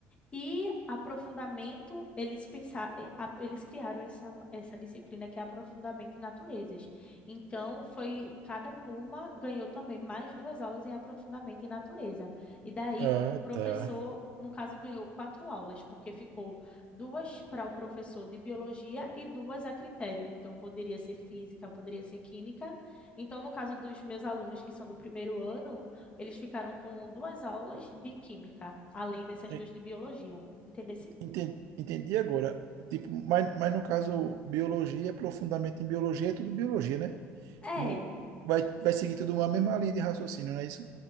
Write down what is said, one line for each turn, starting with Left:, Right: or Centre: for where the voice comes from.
Left: E aprofundamento, eles pensaram, eles criaram essa, essa disciplina que é aprofundamento em naturezas. Então, foi cada turma ganhou também mais duas aulas em aprofundamento em natureza. E daí
Right: Ah,
Left: o professor,
Right: tá.
Left: no caso, ganhou quatro aulas, porque ficou duas para o professor de biologia e duas a critério. Então, poderia ser física, poderia ser química. Então, no caso dos meus alunos que são do primeiro ano, eles ficaram com duas aulas de química, além dessas
Right: E-
Left: duas de biologia. Entendesse?
Right: enten- Entendi agora. Tipo, mas, mas no caso, biologia, aprofundamento em biologia, é tudo biologia, né?
Left: É,
Right: No, vai, vai seguir tudo uma mesma linha de raciocínio, não é isso?